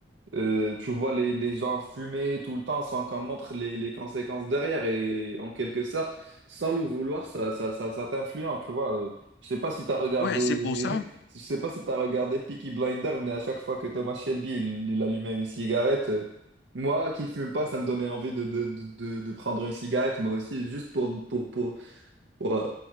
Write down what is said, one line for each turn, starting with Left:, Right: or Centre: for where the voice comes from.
Right: Euh, tu vois les, les gens fumer tout le temps sans qu'on montre les, les conséquences derrière et en quelque sorte, sans le vouloir, ça, ça, ça, ça t'influence, tu vois. Euh, Je sais pas si t'as regardé,
Left: Ouais, c'est pour ça.
Right: <laughs> je sais pas si t'as regardé Peaky Blinders, mais à chaque fois que Thomas Shelby, il, il allumait une cigarette, euh, moi qui fume pas, ça me donnait envie de, de, de, de, de prendre une cigarette, moi aussi, juste pour, pour, pour, pour euh,